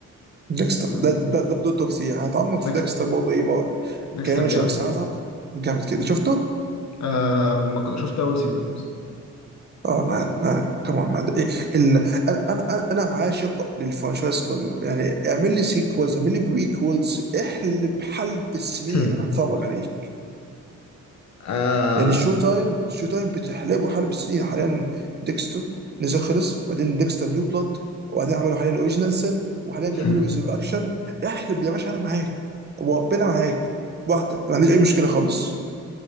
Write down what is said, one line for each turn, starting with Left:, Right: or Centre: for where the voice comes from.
Right: داكستر ده
Left: لا،
Right: ده ده, ده, ده توب 3 هتعمق
Left: ديكستر
Right: في داكستر برضه ايه ما-
Left: ديكستر
Right: كمان
Left: جامد
Right: شوية بس انا عايز اعرف جامد كده شفته؟
Left: آه ما ك- شفت اول سيزون بس
Right: اه مان مان كمان مان إيه ال... انا انا انا عاشق للفرنشايز كله يعني اعمل لي سيكولز اعمل لي بريكولز احلب حلب السنين
Left: <clears throat>
Right: انا
Left: <laughs>
Right: هتفرج عليه
Left: آه
Right: يعني شو تايم شو تايم بتحلبه حلب السنين حاليا ديكستر نزل خلص بعدين ديكستر نيو بلود وبعدين عملوا حاليا الاوريجينال سن وحاليا بيعملوا
Left: <laughs>
Right: ريزركشن احلب يا باشا انا معاك وربنا معاك براحتك ما عنديش اي مشكله خالص